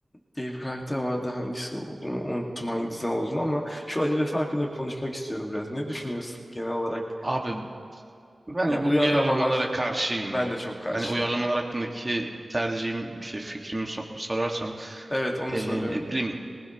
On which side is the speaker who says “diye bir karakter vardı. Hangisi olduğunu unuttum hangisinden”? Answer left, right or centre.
Left